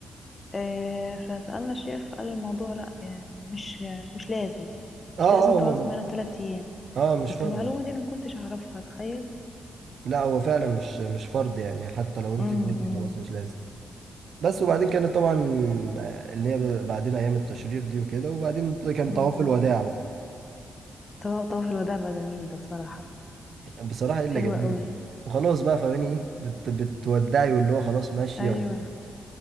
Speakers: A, on the left; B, on the right.
A: آه، فسألنا الشيخ فقال الموضوع لا آه، مش مش لازم مش
B: اه اه
A: لازم تقعد
B: هو
A: في منى ثلاث أيام
B: اه مش
A: بس
B: فرض
A: المعلومة دي أنا ما كنتش أعرفها تخيل
B: لا هو فعلا مش مش فرض يعني حتى لو انت
A: امم
B: نادي
A: امم
B: خلاص مش لازم بس وبعدين كانت طبعا آه، اللي هي بعدين ايام التشريق دي وكده وبعدين كان
A: امم
B: طواف الوداع بقى
A: طوا- طواف الوداع بقى جميل ده بصراحة
B: بصراحه الا
A: حلوة
B: جميل
A: قوي
B: وخلاص بقى فاهماني ايه بت بتودعي واللي هو خلاص ماشيه
A: ايوه
B: و...